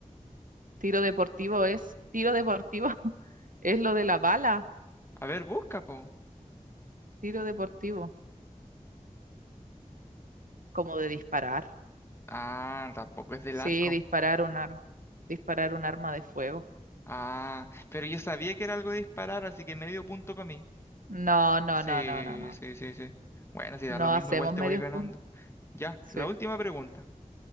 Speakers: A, on the right; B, on the left.
A: Tiro deportivo es, tiro deportivo <laughs> es lo de la bala,
B: A ver, busca, po.
A: tiro deportivo, como de disparar.
B: Ah, tampoco es del
A: Sí,
B: arco.
A: disparar un aro, disparar un arma de fuego.
B: Ah, pero yo sabía que era algo de disparar, así que medio punto para mí.
A: No, no,
B: Sí,
A: no, no, no, no.
B: sí, sí, sí. Bueno, si da
A: No
B: lo mismo,
A: hacemos
B: igual te
A: medios
B: voy ganando.
A: puntos.
B: Ya,
A: Sí.
B: la última pregunta.